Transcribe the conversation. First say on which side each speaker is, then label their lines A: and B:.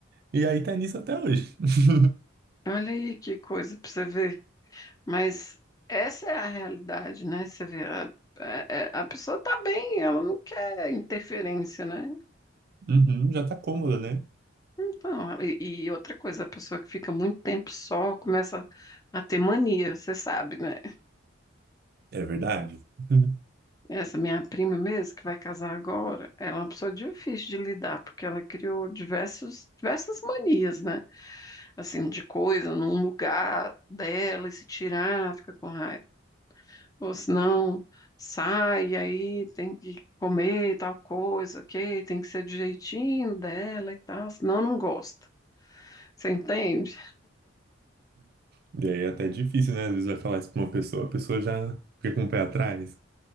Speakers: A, on the right; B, on the left.
A: E aí tá nisso até hoje. <laughs>
B: Olha aí que coisa para você ver. Mas essa é a realidade, né? Você vê, a, é- é- a pessoa tá bem, ela não quer interferência, né?
A: Uhum, já tá cômoda, né?
B: Então, e, e outra coisa, a pessoa que fica muito tempo só começa a ter mania, você sabe, né?
A: É verdade. <laughs>
B: Essa minha prima mesmo, que vai casar agora, ela é uma pessoa difícil de lidar, porque ela criou diversos, diversas manias, né? Assim, de coisa num lugar dela e se tirar, fica com raiva. Ou senão, sai, aí tem que comer tal coisa, ok? Tem que ser do jeitinho dela e tal, senão não gosta. Você entende?
A: E aí é até difícil, né? Às vezes vai falar isso pra uma pessoa, a pessoa já fica com o pé atrás.